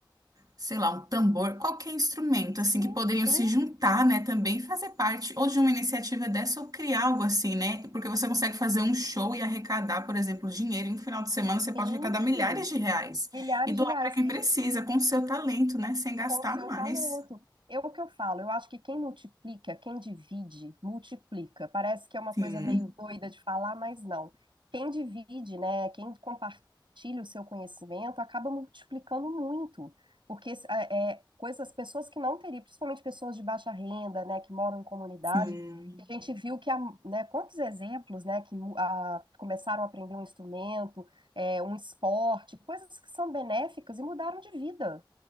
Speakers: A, on the right (about 50°); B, on the right (about 80°).
A: sei lá, um tambor, qualquer instrumento
B: Sim,
A: assim que poderiam
B: sim.
A: se juntar, né, também e fazer parte ou de uma iniciativa dessa ou criar algo assim, né? Porque você consegue fazer um show e arrecadar, por exemplo, dinheiro, e no final de semana você pode
B: Sim,
A: arrecadar milhares de reais
B: milhares
A: e doar
B: de reais.
A: para quem
B: E,
A: precisa com o seu talento, né, sem gastar
B: com o seu
A: mais.
B: talento. Eu, o que eu falo, eu acho que quem multiplica, quem divide, multiplica. Parece que é uma
A: Sim,
B: coisa meio doida de falar, mas não. Quem divide, né, quem compartilha o seu conhecimento, acaba multiplicando muito. Porque é, é, coisas, pessoas que não teriam, principalmente pessoas de baixa renda, né, que moram em comunidade,
A: sim.
B: que a gente viu que há, né, quantos exemplos, né, que mu- a- começaram a aprender um instrumento, é, um esporte, coisas que são benéficas e mudaram de vida.